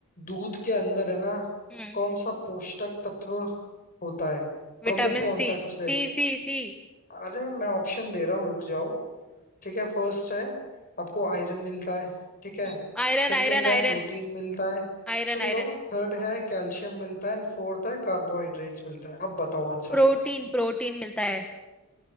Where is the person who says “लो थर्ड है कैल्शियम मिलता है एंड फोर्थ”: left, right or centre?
Left